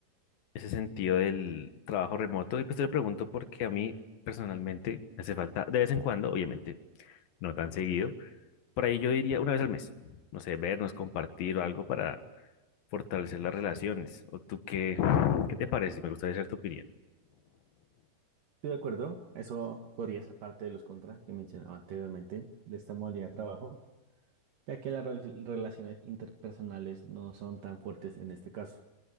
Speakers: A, on the left; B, on the right.
A: ese sentido del trabajo remoto? Y pues te lo pregunto porque a mí personalmente me hace falta de vez en cuando, obviamente no tan seguido, Por ahí yo diría una vez al mes, no sé, vernos, compartir o algo para fortalecer las relaciones. ¿O tú qué, qué te parece? Me gustaría saber tu opinión.
B: estoy de acuerdo. Eso podría ser parte de los contras que mencionaba anteriormente de esta modalidad de trabajo, ya que las rel- relaciones interpersonales no son tan fuertes en este caso,